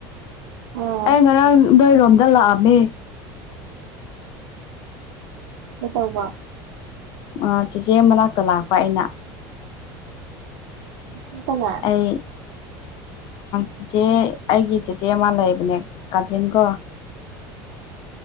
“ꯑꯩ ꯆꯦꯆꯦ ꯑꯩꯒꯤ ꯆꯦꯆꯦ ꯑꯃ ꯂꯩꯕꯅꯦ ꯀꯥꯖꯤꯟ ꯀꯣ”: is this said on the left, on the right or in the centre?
Left